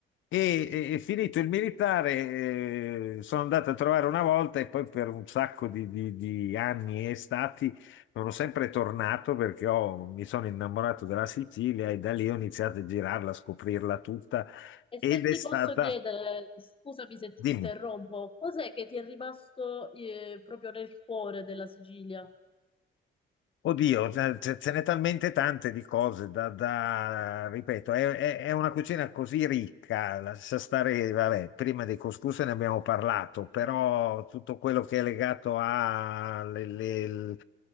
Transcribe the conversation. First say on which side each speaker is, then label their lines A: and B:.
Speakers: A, on the left (about 75°); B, on the left (about 25°).
A: e, e- e finito il militare, eh, sono andato a trovare una volta e poi per un sacco di, di- di anni e stati sono sempre tornato perché ho- mi sono innamorato della Sicilia e da lì ho iniziato a girarla, a scoprirla tutta
B: E
A: ed
B: se ti
A: è stata...
B: posso chiedere, scusami se ti
A: Dimmi.
B: interrompo, cos'è che ti è rimasto eh, proprio nel cuore della Sicilia?
A: Oddio, ce ce- ce n'è talmente tante di cose da, da- ripeto, è, è- è una cucina così ricca, lascia stare, vabbè, prima dei couscous ne abbiamo parlato, però tutto quello che è legato a le- le- l-